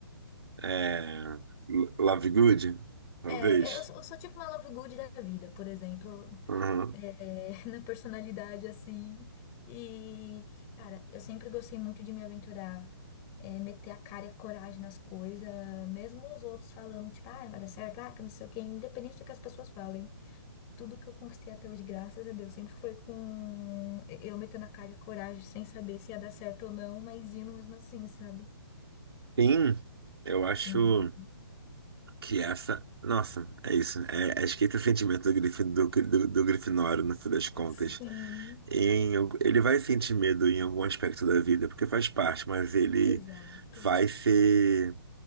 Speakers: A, on the right; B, on the left.
A: É, Love Good, talvez.
B: É, eu, sou- eu sou tipo uma Love Good da vida, por exemplo,
A: Uhum.
B: é, <laughs> na personalidade assim. E, cara, eu sempre gostei muito de me aventurar, é, meter a cara e a coragem nas coisas, mesmo os outros falando, tipo, ah, não vai dar certo, ah, que não sei o quê, independente do que as pessoas falem. Tudo que eu conquistei até hoje, graças a Deus, sempre foi com eu metendo a cara e a coragem, sem saber se ia dar certo ou não, mas indo mesmo assim, sabe?
A: Sim, eu acho
B: Uhum.
A: que essa. Nossa, é isso. né? É, acho que esse é o sentimento do, Grif, do, do, do Grifinório, no fim das contas.
B: Sim,
A: Em algu- ele vai sentir medo em algum aspecto da vida, porque faz parte, mas ele
B: exato.
A: vai ser